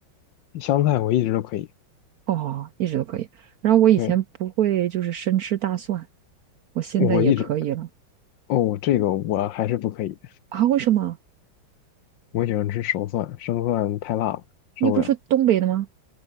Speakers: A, on the left (about 70°); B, on the right (about 65°).
A: 香菜我一直都可以，
B: 哦，一直都可以。然后我以前不会就是生吃大蒜，
A: 对，
B: 我现在也可以了
A: 我一直，哦，这个我还是不可以。
B: 啊？为什么？
A: 我喜欢吃熟蒜，生蒜太辣了，受不了，
B: 你不是东北的吗？